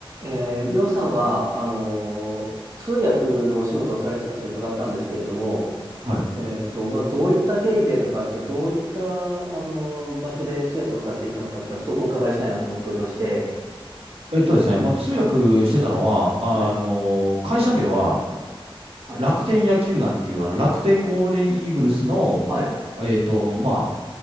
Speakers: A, on the right; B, on the right.
A: えー、りょうさんは、あのー通訳のお仕事をされてたって伺ったんですけれども、
B: はい。
A: えっと、まあ、どういった経緯でとかって、どういった、あのー場所で通訳をされていたのかとか、ちょっとお伺いしたいなと思っておりまして。
B: えっとですね、まあ、通訳してたのは、
A: はい、
B: あの、
A: はい、
B: 会社名は
A: はい、
B: 楽天野球団っていう、あの、楽天ゴールデンイーグルスの、
A: はい、
B: えっと、まあ、